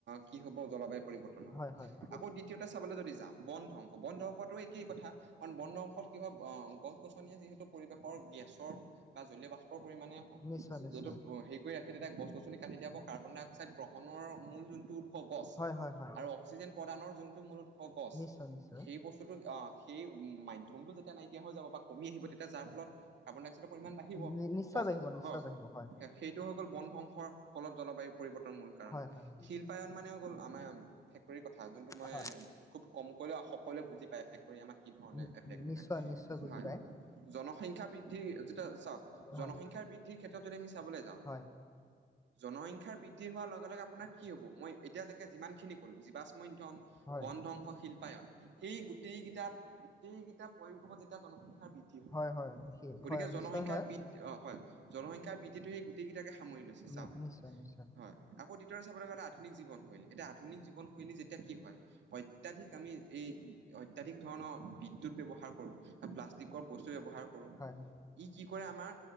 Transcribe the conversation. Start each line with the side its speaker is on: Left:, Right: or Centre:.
Right: কি হ'ব জলবায়ু পৰিৱৰ্তন হ'ব।
Left: হয় হয় হয়
Right: আকৌ দ্বিতীয়তে চাবলৈ যদি যাও বন ধ্বংস, বন ধ্বংসটো একেই কথা কাৰণ বন ধ্বংসৰ কি হয় আহ গছ-গছনিয়ে যিহেতু পৰিৱেশৰ গেছৰ বা জলীয় বাষ্প পৰিমাণে হওক।
Left: নিশ্চয় নিশ্চয়।
Right: যিহেতু হেৰি কৰি ৰাখে তেতিয়া গছ-গছনি কাটি দিয়া কাৰ্বন ডাই অক্সাইড গ্ৰহণৰ মূল যোনটো উৎস গছ
Left: হয় হয় হয়।
Right: আৰু অক্সিজেন প্ৰদানৰ যোনটো মূল উৎস গছ।
Left: নিশ্চয় নিশ্চয়।
Right: সেই বস্তুটো সেই মাধ্যমটো যেতিয়া নাইকিয়া হৈ যাব বা কমি আহিব তেতিয়া যাৰ ফলত কাৰ্বন ডাই অক্সাইডৰ পৰিমাণ বাঢ়িব অ'--‌
Left: নি- নিশ্চয় বাঢ়িব নিশ্চয় বাঢ়িব হয়
Right: সেইটো হৈ গ'ল বন ধংসৰ ফলত জলবায়ু পৰিৱৰ্তনৰ মূল কাৰণ
Left: হয় হয়।
Right: শিল্পায়ন মানে গ'ল। আমাৰ ফেক্টৰীৰ কথা যোনটো মই
Left: হয়
Right: খুব কমকৈ সকলোৱে বুজি পায় ফেক্টৰী আমাক কি ধৰণে
Left: নি-
Right: এফেক্ট কৰে
Left: নিশ্চয় নিশ্চয় বুজি
Right: হয়।
Left: পায়।
Right: জনসংখ্যা বৃদ্ধি যেতিয়া চাওক
Left: হয়
Right: জনসংখ্যা বৃদ্ধি ক্ষেত্ৰত যদি আমি চাবলৈ যাও
Left: হয়।
Right: জনসংখ্যা বৃদ্ধি হোৱাৰ লগে লগে আপোনাৰ কি হ'ব মই এতিয়ালৈকে যিমানখিনি ক'লো জীৱাশ্ম ইন্ধন,
Left: হয়।
Right: বন ধ্বংস, শিল্পায়ন সেই গোটেইকেইটা গোটেইকেইটা প্ৰয়োগ হ'ব। যেতিয়া জনসংখ্যা বৃদ্ধি হ'ব
Left: হয়। হয় হয় সেই-
Right: গতিকে
Left: হয়
Right: জনসংখ্যা
Left: নিশ্চয় হয়।
Right: বৃদ্ধি অ' হয়। জনসংখ্যা বৃদ্ধিটো সেই গোটেইটাকে সামৰি লৈছে।
Left: নি
Right: চা
Left: নিশ্চয় নিশ্চয়। আকৌ
Right: হয় আকৌ দ্বিতীয়তে চাবলৈ গ'লে আধুনিক জীৱনশৈলী এতিয়া আধুনিক জীৱনশৈলী যেতিয়া কি হয়। অত্যাধিক আমি এই অত্যাধিক ধৰণৰ বিদ্যুৎ ব্যৱহাৰ কৰো। প্লাষ্টিকৰ বস্তু ব্যৱহাৰ কৰো
Left: কৰোঁ।
Right: ই কি কৰে আমাৰ